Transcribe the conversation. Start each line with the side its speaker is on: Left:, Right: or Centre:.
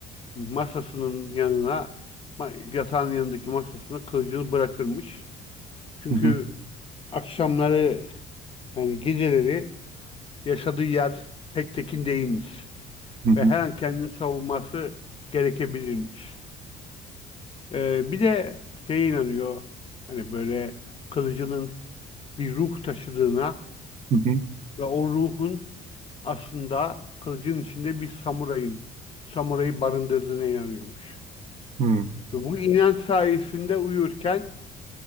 Left: masasının yanına, ma- yatağın yanındaki masasına kılıcını bırakırmış. Çünkü
Right: Hı hı,
Left: akşamları yani geceleri yaşadığı yer pek tekin değilmiş.
Right: hı hı,
Left: Ve her an kendini savunması gerekebilirmiş. Ee, bir de şeye inanıyor. Hani böyle kılıcının bir ruh taşıdığına
Right: hı
Left: ve o ruhun aslında kılıcın içinde bir samurayın, samurayı barındırdığına inanıyormuş.
Right: hı,
Left: Ve bu inanç sayesinde uyurken